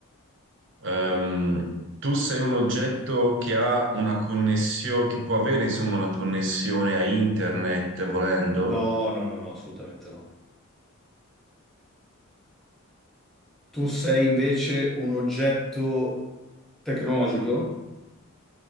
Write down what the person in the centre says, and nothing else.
Ok.
No, no, no, no, assolutamente no. Tu sei invece un oggetto tecnologico?